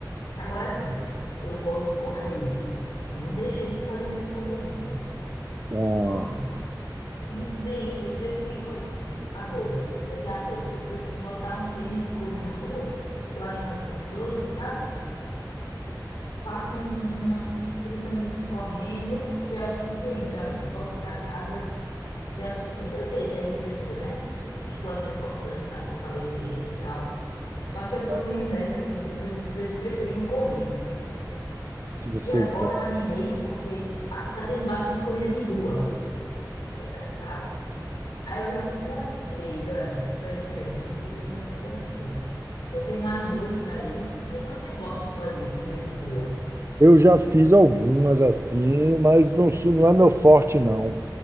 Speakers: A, on the left (about 80°); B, on the right (about 35°).
A: Agora sim, eu gosto de correr. Não deixei de fazer minhas corridinhas.
B: Ah,
A: Pronto, muito bem. Eu prefiro agora, de- daqui a pouco, eu prefiro botar um tênis e correr na rua. Eu acho mais gostoso, sabe? faço um- um- uma- uns 30 minutos correndo, já é o suficiente para mim. Volto para casa, já é o suficiente. Eu sei que a gente precisa, né? Musculação é importante para fortalecer e tal. Só que eu tô
B: tá.
A: meio nessa, assim, tô pre- pre- preferindo correr.
B: se você
A: E agora
B: gosta.
A: eu animei porque aqui tá tendo bastante corrida de rua. Essas pagas. Aí eu já fui para umas três, olha, só esse ano. Esse, esse ano eu fui para umas três. Já tenho mais duas para ir. Não sei se você gosta de fazer corrida de rua.
B: Eu já fiz algumas assim, mas não, sou- não é meu forte, não.